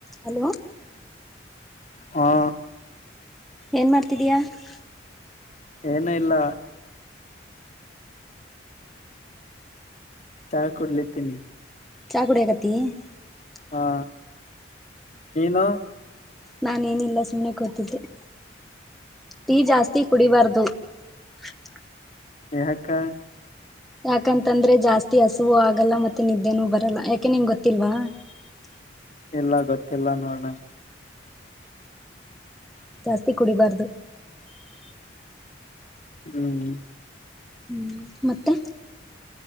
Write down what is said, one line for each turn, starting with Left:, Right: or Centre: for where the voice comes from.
Centre: Hello
Left: ಹಾ <unintelligible>
Centre: ಏನ್ ಮಾಡ್ತಿದೀಯಾ? <unintelligible>
Left: ಏನು ಇಲ್ಲ? <unintelligible> ಚಾ ಕೂಡ್ಲಿತೀನಿ. <unintelligible>
Centre: ಚಾ ಕುಡಿಯಾಕತ್ತಿ. <unintelligible>
Left: ಹಾ ನೀನು? <unintelligible>
Centre: ನಾನ ಏನಿಲ್ಲ ಸುಮ್ನೆ ಕೂತಿದ್ದೆ. <unintelligible> ಟೀ ಜಾಸ್ತಿ ಕುಡಿಬಾರ್ದು? <unintelligible>
Left: ಏಕಾ? <unintelligible>
Centre: ಯಾಕಂತಂದ್ರೆ ಜಾಸ್ತಿ ಹಸುವು ಆಗಲ್ಲ ಮತ್ತೆ ನಿದ್ದೆನೂ ಬರಲ್ಲ ಯಾಕೆ ನಿಂಗ ಗೊತ್ತಿಲ್ವಾ? <unintelligible>
Left: ಎಲ್ಲ ಗೊತ್ತಲ್ಲ ನೋಡಣಂಗ. <unintelligible>
Centre: ಜಾಸ್ತಿ ಕುಡಿಬಾರ್ದು. <unintelligible>
Left: ಹೂ <unintelligible>
Centre: ಹೂ ಮತ್ತೆ? <unintelligible>